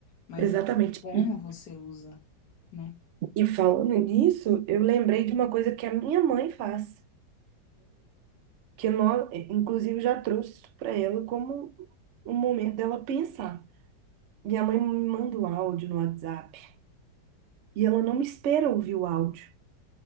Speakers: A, on the left; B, on the right.
A: mas
B: Exatamente.
A: é como
B: E,
A: você usa, né?
B: e falando nisso, eu lembrei de uma coisa que a minha mãe faz, que nós, inclusive, eu já trouxe isso para ela como um momento dela pensar. Minha mãe me manda um áudio no WhatsApp e ela não me espera ouvir o áudio.